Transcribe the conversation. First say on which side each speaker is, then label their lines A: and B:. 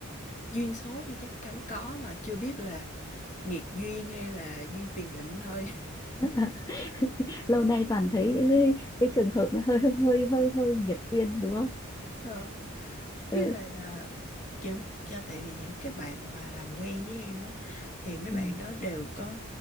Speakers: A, on the left (about 35°); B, on the left (about 15°).
A: duyên số thì chắc chắn có mà chưa biết là nghiệt duyên hay là duyên tiền định thôi <laughs>
B: <laughs> lâu nay toàn thấy những cái, cái trường hợp nó hơi hơi hơi hơi nghiệt duyên đúng không
A: Ờ,
B: ừ.
A: với lại là những cho tại vì những cái bạn mà làm quen với em á thì mấy
B: Ừ.
A: bạn đó đều có